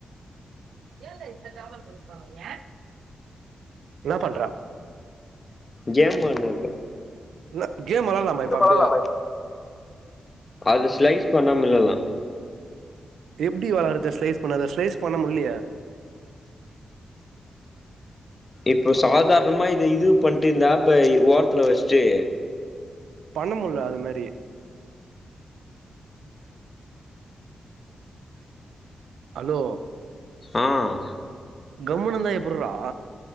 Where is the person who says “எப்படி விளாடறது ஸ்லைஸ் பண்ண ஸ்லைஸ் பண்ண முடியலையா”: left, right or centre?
Right